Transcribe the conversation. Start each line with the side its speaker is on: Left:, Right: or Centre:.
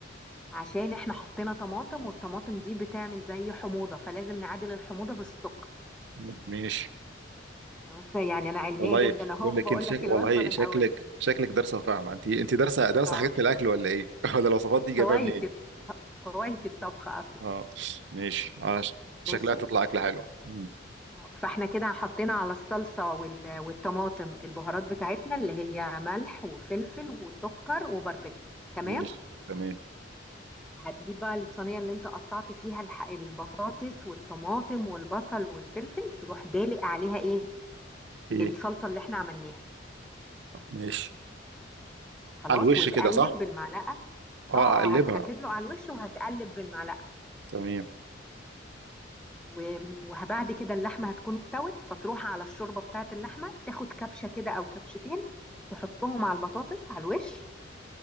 Centre: عشان احنا حطينا طماطم والطماطم دي بتعمل زي حموضة فلازم نعادل الحموضة بالسكر
Right: م- ماشي
Centre: بس يعني انا علمية
Right: والله
Centre: جدا اهو
Right: بقول
Centre: بقول
Right: لك انت شك...
Centre: لك
Right: والله
Centre: الوجبة من
Right: شكلك
Centre: اولها
Right: شكلك دارسه وفاهمه انت انت دارسه دارسه
Centre: اه
Right: حاجات في الاكل ولا ايه <laughs> ولا الوصفات دي جايبها
Centre: هوايتي
Right: منين
Centre: هوايتي الطبخ اصلا
Right: اه ماشي اه ش-
Centre: ماشي
Right: شكلها تطلع اكله حلوه مم.
Centre: فاحنا كده حطينا على الصلصة وال- والطماطم البهارات بتاعتنا اللي هي ملح وفلفل وسكر وباربيكيا تمام
Right: ماشي تمام
Centre: هتجيب بقى الصينية اللي انت قطعت فيها الح- البطاطس والطماطم والبصل والفلفل تروح دالق عليها ايه
Right: ايه
Centre: الصلصة اللي احنا عملناها
Right: ماشي
Centre: خلاص
Right: على الوش
Centre: وتقلب
Right: كده صح
Centre: بالمعلقة
Right: اه
Centre: اه
Right: اقلبها
Centre: اه هت- هتدلق على الوش وهتقلب بالمعلقة
Right: تمام
Centre: و- وبعد كده اللحمة هتكون استوت فتروح على الشوربة بتاعة اللحمة تاخد كبشة كده أو كبشتين تحطهم على البطاطس على الوش